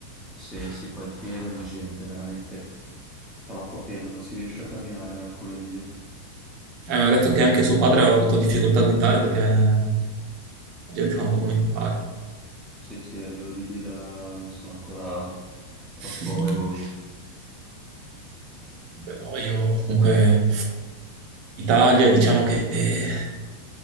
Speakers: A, in the centre; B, on the right.
A: Sì, sì, poi è pieno di gente, veramente troppo pieno, non si riesce a camminare in alcune vie.
B: Eh, mi ha detto che anche suo padre aveva avuto difficoltà a guidare perché la gente fa un po' come gli pare.
A: Sì, sì, a livello di guida non sono ancora troppo
B: <laughs>
A: evoluti.
B: Beh, no, io comunque Italia diciamo che eh,